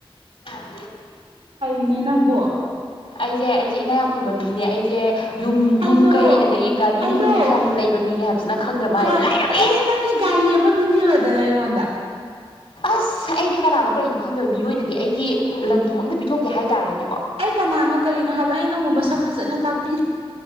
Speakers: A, on the left; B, on the right.
A: ꯌꯥ
B: ꯅ ꯅꯪꯕꯣ
A: ꯑꯩꯁꯦ ꯑꯩꯁꯦ ꯏꯅꯥ ꯌꯥꯝꯈꯨꯟꯕ ꯃꯤꯅꯦ ꯑꯩꯁꯦ ꯁꯦ ꯌꯨꯝ
B: ꯑꯩꯗꯣ
A: ꯌꯨꯝ ꯀꯩ ꯑꯗꯒꯤ ꯒꯥꯔꯤ
B: ꯑꯩꯗꯣ
A: ꯅꯨꯡꯗꯤ ꯌꯥꯝꯅ ꯂꯩꯕ ꯃꯤꯅꯦ ꯍꯥꯏꯕꯁꯤꯅ ꯈꯪꯗ꯭ꯔ ꯃꯥꯜꯂꯦ
B: ꯍꯣꯏ
A: ꯂꯥꯏꯔꯕ
B: ꯑꯗꯨꯗꯤ ꯅꯪꯒꯤ ꯒꯥꯔꯤ ꯑꯃ ꯄꯤꯕꯤꯌꯣꯗꯅ ꯑꯩꯉꯣꯟꯗ
A: ꯑꯁ ꯑꯩꯗꯤ ꯀꯅꯥꯅꯣ ꯀꯔꯤꯅꯣ ꯈꯪꯗꯕ ꯃꯤꯑꯣꯏꯗꯗꯤ ꯑꯩꯒꯤ ꯂꯟ ꯊꯨꯝ ꯑꯝꯇ ꯄꯤꯊꯣꯛꯇꯦ ꯍꯥꯏꯇꯥꯔꯦꯅꯦꯕ
B: ꯑꯩ ꯀꯅꯥꯅꯣ ꯀꯔꯤꯅꯣ ꯍꯥꯏꯕ ꯑꯩ ꯅꯪꯕꯨ ꯃꯁꯛ ꯐꯖꯅ ꯇꯥꯛꯄꯤꯔ